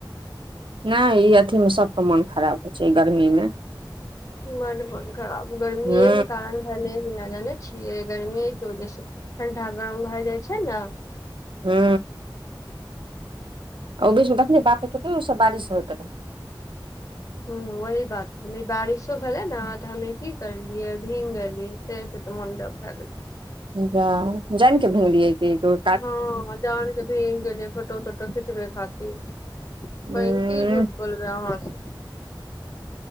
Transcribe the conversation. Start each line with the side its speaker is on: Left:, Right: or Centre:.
Right: नहि ई अथी मे सबके मोन खराब होइ छै ऐ गर्मी मे
Left: बड मोन खराब गर्मी
Right: हँ
Left: एक कारण भेलल भी न जाने छियै गर्मियएके ओ जे ह से ठण्डा गरम भए जाइ छै ने
Right: हू ओ बीचमे देखलियै बात कि बारिश होइत रहै।
Left: हँ, वही बात पर बारिशो भेलै ने, तऽ हम की करलियै, भीङ्ग गेलियै। से तऽ मन दब भऽ गेलै।
Right: जा, जानि कऽ भङ्गली अके ई ग।
Left: हँ, जानि कऽ गेलियै, फोटो टोटो खिचबऽ खातिर।
Right: उंह
Left: की झूठ बोलबै अहाँ से।